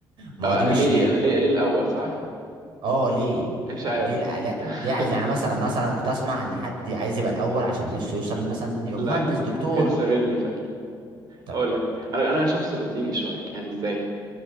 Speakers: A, on the right (about 70°); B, on the right (about 50°).
A: ما
B: اه
A: هو دي
B: انا
A: مش
B: ليه
A: م...
B: انا
A: ده-
B: ليه
A: ده-
B: ليه الاول صح
A: اه ليه
B: مش عارف
A: ليه لا, لا
B: <laughs>
A: ليه عايز يعني مثلا مثلا أنا كنت اسمع ان حد عايز يبقى الاول عشان نفسه يوصل مثلا يبقى
B: لا
A: مهندس دكتور
B: ما كانش شاغلني فعلا
A: طب
B: اقول لك انا انا شخص روتيني شويه يعني ازاي